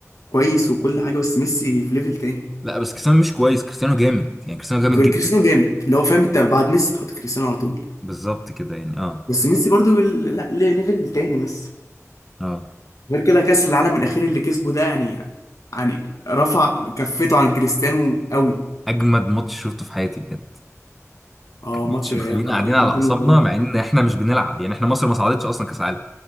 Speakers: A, on the left; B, in the centre.
A: كويس وكل حاجه بس ميسي في ليفل تاني
B: لا بس كريستيانو مش كويس كريستيانو جامد يعني كريستيانو جامد
A: كريستيانو
B: جدا
A: جامد اللي هو فاهم انت بعد ميسي تحط كريستيانو على طول
B: بالظبط كده يعني اه
A: بس ميسي برضو ال- لا ليه- ليفل تاني ميسي
B: اه
A: غير كده كأس العالم الأخير اللي كسبه ده يعني يعني رفع كفته عن كريستيانو قوي
B: اجمد ماتش شفته في حياتي بجد
A: اه
B: ماتش
A: ماتش
B: مخلينا قاعدين
A: أرجنتين
B: على اعصابنا
A: وفرنسا
B: مع ان احنا مش بنلعب يعني احنا مصر ما صعدتش اصلا كاس عالم